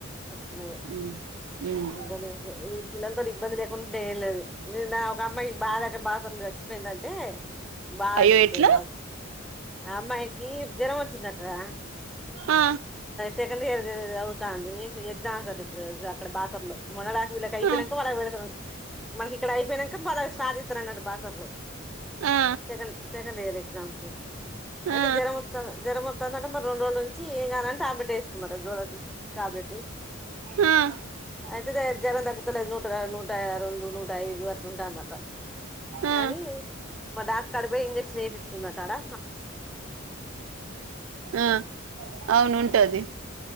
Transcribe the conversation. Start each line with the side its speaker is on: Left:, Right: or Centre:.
Centre: ఇ
Right: ఉమ్ ఉమ్
Centre: ఏ పలా ఇబ్బంది ఇబ్బంది లేకుంటే ఏం లేదు నిన్న ఒక అమ్మాకి బాధక బాసదవ సచ్చిపోయిందంటే బాదనిపిచ్చి
Right: అయ్యో ఎట్లా
Centre: నాకు అమ్మాయికి జ్వరం వచ్చిందట్రా
Right: ఆ
Centre: సెకండ్ ఇయర్ చదు అవుతంది ఎజాన్ ఇడ అక్కడ బా లో మనళాకు విల కైపినంకు
Right: ఆ
Centre: వాళకు వెడతడు మనకి ఇక్కడ అయిపోనాక బాగా సాధితన అన్నాడు బాసర్ లో
Right: ఆ
Centre: సగం సగ లే ఎగ్జాపుల్ అయితే
Right: ఆ
Centre: జ్వర ముతా జ్వర మ తన్నడంలో రెండు రోజుల నుంచి ఏగా అంట టాబ్లెట్ వేసుకున్న రెండో రోలునుంటి టాబ్లెటు
Right: హమ్
Centre: అయితే జ్వరం దక్కుతాలే నూట నూట రెండు నూట ఐదు అట్లా ఉంటుందట
Right: ఆ
Centre: కానీ మా డాక్ట కడిపోయి ఇంజెక్షన్ ఎపిచ్చుకుని ఉంటాడా
Right: ఆ అవును ఉంటది